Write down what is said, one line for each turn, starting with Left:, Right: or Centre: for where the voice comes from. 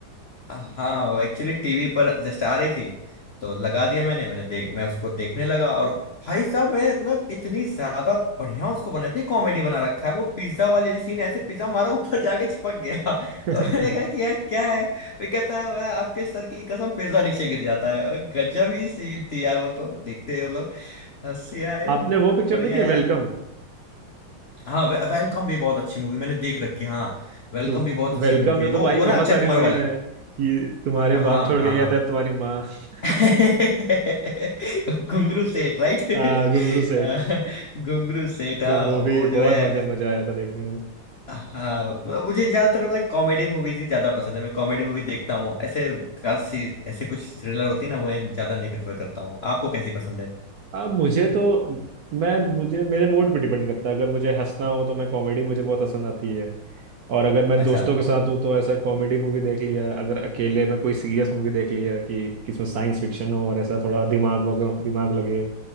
Left: हाँ एक्चुअली टीवी पर जस्ट आ रही थी तो लगा दिया मैंने मैंने देख मैं उसको देखने लगा और भाई साहब मैं मतलब इतनी ज्यादा बढ़िया उसको बना इतनी कॉमेडी बना रखा है वो पिज्जा वाली सीन ऐसे पिज्जा मारा ऊपर जाके चिपक गया <laughs>
Right: <laughs>
Left: और मैंने कहा कि यार क्या है वो कहता है "मैं आपके सर की कसम पिज्जा नीचे गिर जाता है और गजब ही सीन थी यार वो तो देखते ही मतलब हंसी आए
Right: आपने
Left: मतलब
Right: वो पिक्चर
Left: बढ़िया
Right: देखी है वेलकम
Left: है हाँ वे, वेलकम भी बहुत अच्छी मूवी मैंने देख रखी है हाँ वेलकम
Right: तो
Left: भी बहुत अच्छी
Right: वेलकम
Left: मूवी
Right: में
Left: है
Right: तो
Left: वो
Right: भाई
Left: वो
Right: बहुत
Left: ना अक्षय
Right: सारी
Left: कुमार
Right: सीन
Left: वाली
Right: है कि तुम्हारे
Left: हाँ
Right: बाप छोड़
Left: हाँ
Right: के गया
Left: हाँ
Right: था तुम्हारी माँ <laughs>
Left: <laughs> घुंगरू सेठ राइट
Right: आ, घुंगरू सेठ
Left: <laughs> घुंगरू सेठ हाँ
Right: तो वो भी
Left: वो जो
Right: बहुत
Left: है
Right: मजा मजा आया था देखने में
Left: हाँ म- मुझे ज्यादातर ना कॉमेडी मूवीज ही ज्यादा पसंद है मैं कॉमेडी मूवी देखता हूँ ऐसे खास चीज ऐसे कुछ थ्रिलर होती है ना मैं ज्यादा नहीं प्रेफर करता हूँ आपको कैसी पसंद है
Right: अब मुझे तो मैं मुझे मेरे मूड पे डिपेंड करता है अगर मुझे हंसना हो तो मैं कॉमेडी मुझे बहुत पसंद आती है और अगर मैं
Left: अच्छा
Right: दोस्तों के साथ हूँ तो ऐसा कॉमेडी मूवी देख लिया अगर अकेले मैं कोई सीरियस मूवी देख लिया कि किसमें साइंस फिक्शन हो और ऐसा थोड़ा दिमाग वगैरह दिमाग लगे